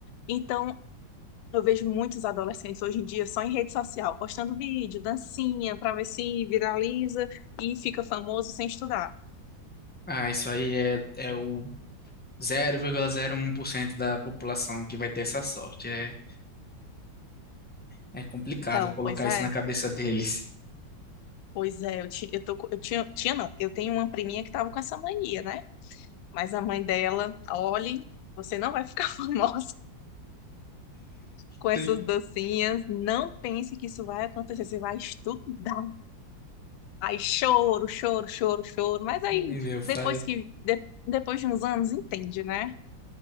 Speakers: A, on the left; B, in the centre.
A: Então, eu vejo muitos adolescentes hoje em dia só em rede social, postando vídeo, dancinha, para ver se viraliza e fica famoso sem estudar.
B: Ah, isso aí é, é o 0,01% da população que vai ter essa sorte. É, é complicado
A: Então,
B: colocar
A: pois é,
B: isso na cabeça deles.
A: pois é, eu, ti, eu, tô, co- eu tinha, tinha, não, eu tenho uma priminha que tava com essa mania, né? Mas a mãe dela, olhe, você não vai ficar <laughs> famosa com essas
B: Tem-
A: dancinhas, não pense que isso vai acontecer, você vai estudar. Aí choro, choro, choro, choro, mas aí
B: Ai, meu
A: depois
B: pai.
A: que, de- depois de uns anos, entende, né?